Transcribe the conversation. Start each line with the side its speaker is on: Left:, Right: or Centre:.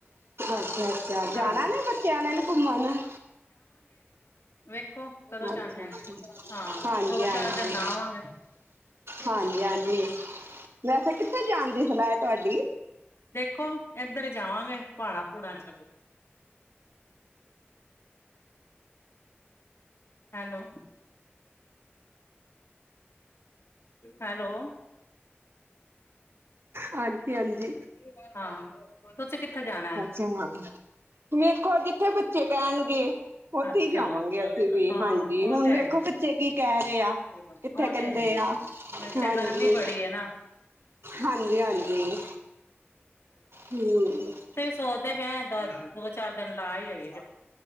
Right: ਅੱਛਾ ਅੱਛਾ
Left: ਹਾਂ
Right: ਜਾਣਾ ਨੀ ਬੱਚਿਆਂ ਨੇ ਘੁੰਮਣ
Left: ਵੇ ਦੇਖੋ ਕਦੋਂ ਜਾਂਦੇ
Right: ਅੱਛਾ-ਅੱਛਾ
Left: ਆ ਹਾਂ
Right: ਹਾਂਜੀ-ਹਾਂਜੀ
Left: ਦੋ ਚਾਰ ਦਿਨ ਲਾ ਆਵਾਂਗੇ
Right: ਹਾਂਜੀ ਹਾਂਜੀ ਵੈਸੇ ਕਿੱਥੇ ਜਾਣ ਦੀ ਸਲਾਹ ਏ ਤੁਹਾਡੀ
Left: ਕੌਣ ਇੱਧਰ ਹੀ ਜਾਵਾਂਗੇ ਪਹਾੜਾਂ ਪਹੂੰੜਾ ਚ ਹੈਲੋ ਹੈਲੋ
Right: ਹਾਂਜੀ
Left: ਹਾਂ
Right: ਹਾਂਜੀ
Left: ਤੁਸੀਂ ਕਿੱਥੇ ਜਾਣਾ ਹੈ?
Right: ਅੱਛਾ ਹਾਂ ਵੇਖੋ ਜਿੱਥੇ ਬੱਚੇ ਕਹਿਣਗੇ ਉੱਥੇ
Left: ਅੱਛਾ
Right: ਹੀ ਜਾਵਾਂਗੇ ਅਸੀਂ ਵੀ
Left: ਹਾਂ
Right: ਹਾਂਜੀ
Left: ਉਹ
Right: ਹੁਣ
Left: ਤੇ
Right: ਵੇਖੋ
Left: ਹੈ ਹੀ
Right: ਬੱਚੇ ਕੀ ਕਹਿ ਰਹੇ ਆ
Left: ਉਹ
Right: ਕਿੱਥੇ ਕਹਿੰਦੇ
Left: ਤੇ ਹੈ
Right: ਆ
Left: ਇਥੇ
Right: ਹਾਂਜੀ
Left: ਗਰਮੀ ਬੜੀ ਹੈ ਨਾ
Right: ਹਾਂਜੀ ਹਾਂਜੀ ਹਮ
Left: ਸੋਚ ਦੇ ਪਏ ਦੋ ਚਾਰ ਦਿਨ ਲਾ ਹੀ ਆਈ